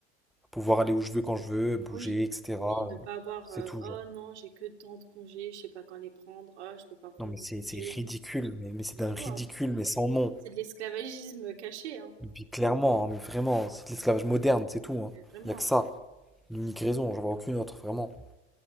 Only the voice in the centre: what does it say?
Pouvoir aller où je veux, quand je veux, bouger,
etc.
euh,
C'est
tout,
genre.
Non, mais
c'est
c'est ridicule, mais, mais c'est
d'un
ridicule,
mais sans nom.
Et puis clairement, hein, mais vraiment, c'est de l'esclavage moderne, c'est tout. hein.
Il n'y a que ça.
L'unique raison, j'en vois aucune autre, vraiment.